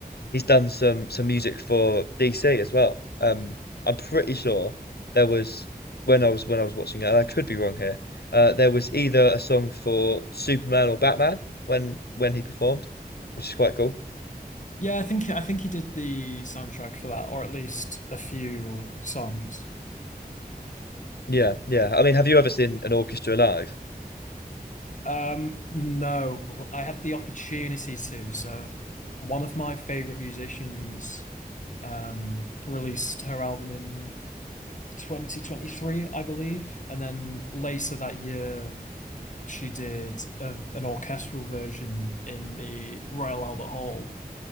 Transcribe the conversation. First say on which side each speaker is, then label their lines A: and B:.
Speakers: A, on the left; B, on the left.
A: he's done some some music for DC as well. Um, I'm pretty sure there was when I was when I was watching it. and I could be wrong here. Uh, there was either a song for Superman or Batman when when he performed, which is quite cool.
B: Yeah, I think I think he did the soundtrack for that, or at least a few songs.
A: Yeah, yeah. I mean, have you ever seen an orchestra live?
B: Um, no, I had the opportunity to. So one of my favorite musicians um released her album in 2023, I believe. And then later that year, she did a, an orchestral version in the Royal Albert Hall.